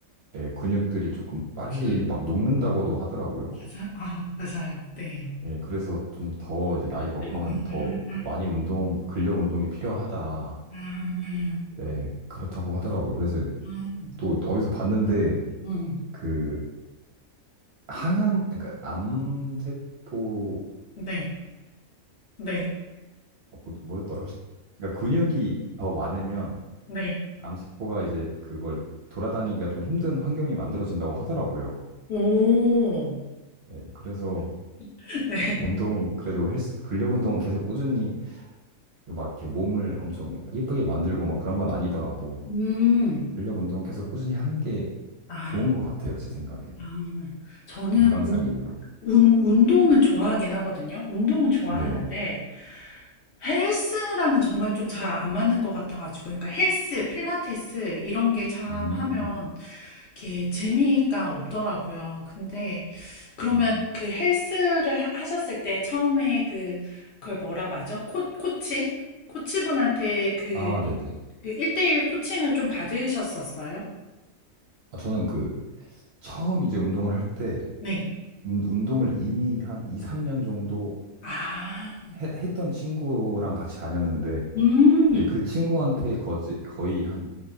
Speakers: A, on the right; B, on the left.
A: 예, 근육들이 조금 빨리
B: 음,
A: 막 녹는다고도 하더라고요.
B: 맞아요. 아, 맞아요. 네.
A: 예, 그래서 좀 더 이제 나이 먹으면
B: 음,
A: 더 많이 운동, 근력 운동이 필요하다.
B: 음,
A: 예, 그렇다고 하더라고요. 그래서
B: 음, 음,
A: 또 어디서 봤는데
B: 음.
A: 그 항암, 그러니까 암세포들도
B: 네. 네.
A: 어, 그 뭐였더라? 그러니까 근육이 더 많으면
B: 네.
A: 암세포가 이제 그걸 돌아다니기가 좀 힘든 환경이 만들어진다고 하더라고요.
B: 오.
A: 예, 그래서
B: <laughs> 네.
A: 운동 그래도 헬스 근력 운동은 계속 꾸준히 막 이렇게 몸을 엄청 예쁘게 만들고 막 그런 건 아니더라도
B: 음.
A: 근력 운동을 계속 꾸준히 하는 게
B: 아,
A: 좋은 것 같아요, 제 생각에는.
B: 아. 저는
A: 건강상의
B: 운,
A: 이유로.
B: 운- 운동은 좋아하긴 하거든요. 운동은 좋아하는데
A: 네.
B: 헬스랑은 정말 좀 잘 안 맞는 것 같아가지고, 그러니까 헬스, 필라테스 이런 게 참
A: 음.
B: 하면 이렇게 재미가 없더라고요. 근데 그러면
A: 음.
B: 그 헬스를 하- 하셨을 때 처음에 그 그걸 뭐라고 하죠? 코, 코치? 코치분한테 그,
A: 아, 네네.
B: 그 1대1 코칭을 좀 받으셨었어요?
A: 아, 저는 그, 처음 이제 운동을 할 때,
B: 네.
A: 운- 운동을 이미 한 2, 3년 정도
B: 아,
A: 해- 했던 친구랑 같이 다녔는데,
B: 음,
A: 이제 그 친구한테 거지, 거의 한